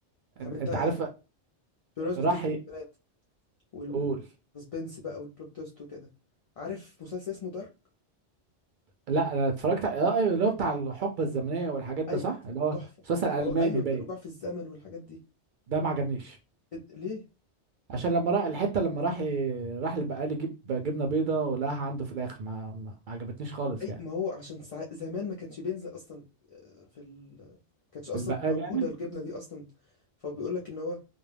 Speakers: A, on the right; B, on the left.
A: ان-
B: طب انت
A: انت عارف آه،
B: بمناسبه
A: راح
B: المسلسلات والسسبنس
A: يقول
B: بقى والبلوت تويست وكده عارف مسلسل اسمه دارك
A: لا انا اتفرجت على آه، أيوة، اللي هو بتاع الحقبة الزمنية والحاجات ده
B: اي
A: صح اللي هو
B: تحفة
A: مسلسل الماني
B: اللي هو ايوه
A: باين
B: رجوع في الزمن والحاجات دي
A: ده ما عجبنيش
B: إد- ليه
A: عشان لما راح الحته لما راح ي- راح البقال يجيب جبنه بيضه ولقاها عنده في الاخر ما, ما ما عجبتنيش خالص
B: اي
A: يعني
B: ما هو عشان سع... زمان ما كانش بينزل اصلا آه، في ال ما كانتش اصلا
A: البقال
B: موجودة
A: يعني
B: الجبنة دي اصلا فبيقول لك ان هو